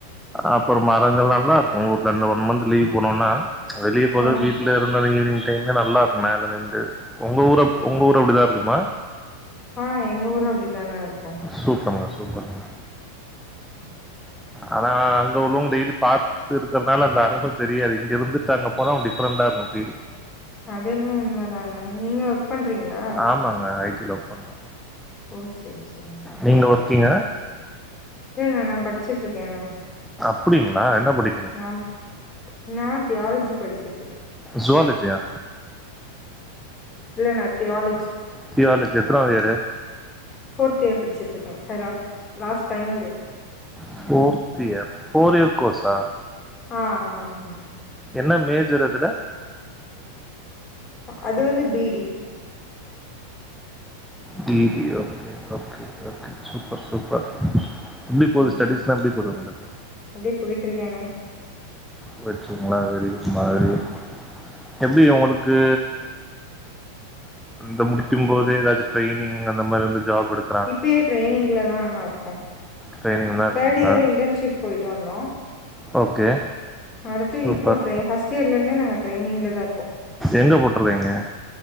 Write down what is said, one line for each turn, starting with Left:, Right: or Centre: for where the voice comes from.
Centre: அப்புறோ மரங்கள் நல்லா இருக்கு ஊரில் அ இந்த ஒன் மந்த் லீவ் போனோன்னா ம்ச் அந்த லீவ் ஃயுல்லா
Left: ஆ
Centre: வீட்டுல இருந்தாலங்க ஈவினிங் இங்க நல்லா இருக்கு மேல நின்று உங்க ஊரு உங்க ஊரு அப்படிதான் இருக்குமா
Left: ஆ எங்க ஊரு அப்டிதா அண்ணா இருக்கு
Centre: சூப்பருங்க சூப்பருங்க
Left: ம்
Centre: ஆனா அங்க உள்ளவங்கட டெய்லி பாத்து இருக்கிறதுனால அந்த அரும தெரியாது இங்க இருந்து அங்க போனா டிஃப்ரெண்டா இருக்கு ஃபீல்
Left: அது என்னமோ உண்ம தா அண்ணா நீங்க ஒர்க் பண்றீங்களா
Centre: ஆமாங்க ஐ டில ஒர் பண்றே
Left: ஓ சேரி சேரி
Centre: நீங்க ஒர்க்கீங்கா
Left: இல்ல அண்ணே நா படிச்சுட்டு இருக்கே அண்ணே
Centre: அப்படிங்களா என்ன படி
Left: நா நா தியாலஜி படிச்சுட்டு இருக்கே
Centre: ஜுவாலஜியா
Left: இல்ல நா தியாலஜி
Centre: தியாலஜி எத்தனாவது இயரு
Left: ஃபோர்த்து இயர் படிச்சட்டு இருக்க last last final year
Centre: fourth year four year கோர்சா
Left: ஆ ஆமாங்க
Centre: என்ன மேஜர் அதுல
Left: அ அது வந்து பீ டி
Centre: பீ D okay okay okay super super எப்டி போகுது
Left: ம்
Centre: ஸ்டடிஸ்லா எப்டி போது உங்களுக்கு
Left: அப்டியே போயிட்ருக்கேனே
Centre: போய்ட்டு இறுகுங்களா வெரி குடமா
Left: ம்
Centre: வெரி குட் எப்டி உங்களுக்கு அந்த முடிக்கு போதே ஏதாது ட்ரைனிங் அந்த மாதிரி வந்து ஜாப் எடுத்து
Left: இப்பயே ட்ரெயனிங்ல தா அண்ணா இருக்கே
Centre: ட்ரைனிங்லா இருக்கீங்களா
Left: தேர்ட் இயர் இன்டர்ன்ஷிப் போயிட்டு வந்தோ
Centre: ஓகே
Left: அடுத்து
Centre: சூப்பர்
Left: இப்போ ட்ரெ ஃபிரஸ்ட் இயர்ல இருந்தே நாங்க டெரைனிங்லா தா இருக்கோ
Centre: எங்க போட்டுருக்கீங்க